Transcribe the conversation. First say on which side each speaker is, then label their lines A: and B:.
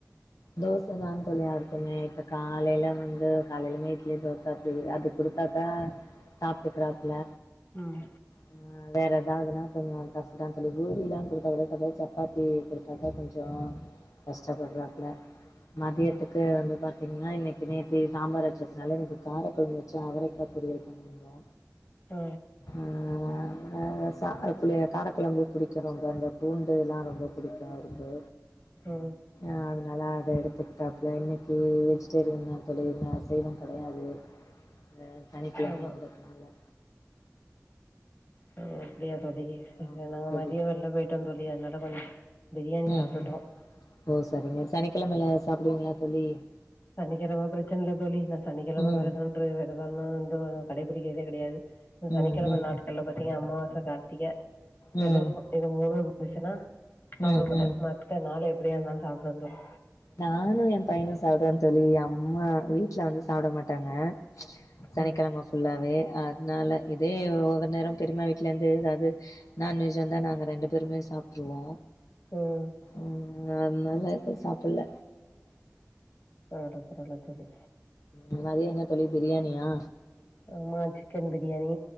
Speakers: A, on the left; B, on the left.
A: தோசதா தோழி யாருக்குமே இப்ப காலைல வந்து காலையிலுமே இட்லி தோச அப்டி அது குடு த்தாத சாப்ட்டுக்கறாப்புல
B: ம்
A: அ வேற எதாவதுன்னா கொஞ்சோ கஷ்டதா தோழி பூரிலா குடுத்தா கூட சாப்வாரு சப்பாத்தி குடுத்தாதா கொஞ்சோ கஷ்டப்படுறாப்புல மதியத்துக்கு
B: ம்
A: வந்து பாத்தீங்கன்னா இன்னைக்கு நேத்தி சாம்பார் வச்ச னால இன்னைக்கு காரக்கொழம்பு வச்சு அவரைக்கா பொரியல் பண்ணியிருந்தோ
B: ஆ
A: ஆ ஆ சாதத்துலயா காரக்கொழம்பு புடிக்கு ரொம்ப இந்த பூண்டு எல்லா ரொம்ப புடிக்கு அவருக்கு
B: ம்
A: ஆ நல்லா அத எடுத்துக்கிட்டாப்புல இன்னக்கி வெஜிடேரியன் தோழி அசைவம் கெடையாது வேற சனிக்கிழமைங்கிறதுனால
B: ஆமா ஓ அப்டியா தோழி சரி சரி
A: ஆமாம்
B: நாங்க
A: தோழி
B: மதிய வெள்ல போயிட்டோ தோழி அதனால கொஞ்ச பிரியாணி
A: ம்
B: சாப்ட்டுட்டோ
A: ம் ஓ சரிங்க சனிக்கிழமையில சாப்புடுவீங்களா தோழி
B: சனிக்கிழம பிரச்சன இல்ல தோழி நா சனிக்கிழம
A: ம்
B: விரதம் ன்று விரதன்னு ஒன்று கடைபிடிக்கறதே கெடையாது இந்த சனிக்கிழம
A: ம் ம்
B: நாட்கள்ல பாத்தீங்க அமாவாச கார்த்திக பிரதோஷ
A: ம்
B: இது மூணு இருந்துச்சுன்னா சாப்ட
A: ம்
B: மாட்ட
A: ம்
B: மத்த நாள் எப்டியா இருந்தாலு சாப்ட்டுருவ தோழி
A: நானு ஏ பையனு சாப்டுவோ தோழி அம்மா வீட்ல வந்து சாப்ட மாட்டாங்க சனிக்கெழம
B: ம்
A: ஃபுல்லாவே அதனால இதே ஒவ்வொரு நேர பெரிம்மா வீட்லேருந் து ஏதாவது நான்வெஜ் வந்தா நாங்க ரெண்டு பேருமே சாப்ட்டுருவோ
B: ம்
A: ம் அதனால இப்ப சாப்பல்ல
B: பரவால்ல பரவால்ல தோழி
A: ம் மதிய என்ன தோழி பிரியாணியா
B: ஆமா சிக்கன் பிரியாணி